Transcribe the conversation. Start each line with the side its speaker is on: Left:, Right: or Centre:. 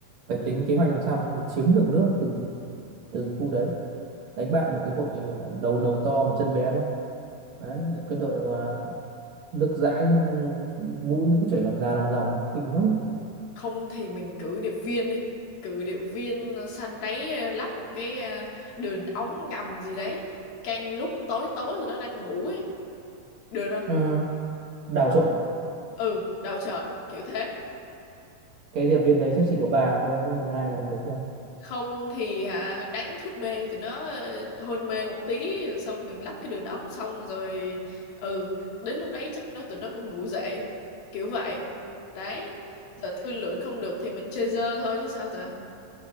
Right: phải tính kế hoạch làm sao mình chiếm được nước từ từ khu đấy đánh bại được cái hội ờ, đầu đầu to mà chân bé đấy đấy cái đội mà nước dãi nước mũi nước chảy lòng già lòng dòng kinh lắm
Left: không thì mình cử điệp viên đi. Cử điệp viên ờ, săn đáy ờ, lắp một cái ờ, đường ống ngầm gì đấy. Canh lúc tối tối rồi đó đang ngủ ấy. Được không?
Right: Ờ, đào trộn
Left: Ừ, đầu chợp kiểu thế.
Right: cái điệp viên đấy chắc chỉ có bà thôi chứ còn ai làm được đâu
Left: không thì hả đánh thuốc mê tụi nó ờ, hôn mê một tí rồi xong mình lắp cái đường ống xong rồi ừ đến lúc đấy chắc nó tụi nó cũng ngủ dậy kiểu vậy đấy giờ thương lượng không được thì mình chơi dơ thôi chứ sao giờ